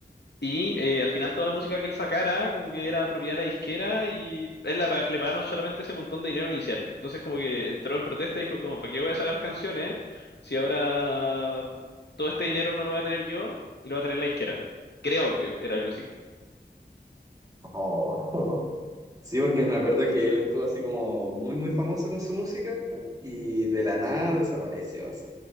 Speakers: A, on the left (about 70°); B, on the right (about 20°).
A: Y eh, al final toda la música que él sacara como que era propiedad de la disquera y él la pa- le pagaron solamente ese montón de dinero inicial. Entonces como que entró en protesta y dijo como, ¿para qué voy a sacar canciones si ahora todo este dinero no lo voy a tener yo y lo va a tener la disquera? Creo que era algo así.
B: Oh, <laughs> Sí, porque me acuerdo que él estuvo así como muy, muy famoso con su música y de la nada desapareció así.